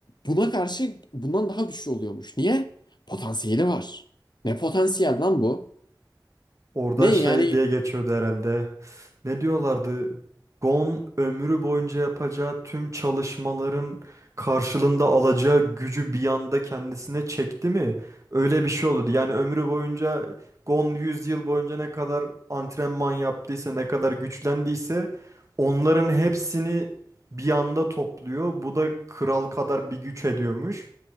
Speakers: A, on the left (about 65°); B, on the right (about 40°).
A: buna karşı bundan daha güçlü oluyormuş. Niye? Potansiyeli var. Ne potansiyel lan bu?
B: Orada
A: Ne
B: şey
A: yani
B: diye geçiyordu herhalde. ne diyorlardı? Gon ömrü boyunca yapacağı tüm çalışmaların karşılığında alacağı gücü bir anda kendisine çekti mi? Öyle bir şey olurdu. Yani ömrü boyunca Gon 100 yıl boyunca ne kadar antrenman yaptıysa, ne kadar güçlendiyse onların hepsini bir anda topluyor. Bu da kral kadar bir güç ediyormuş.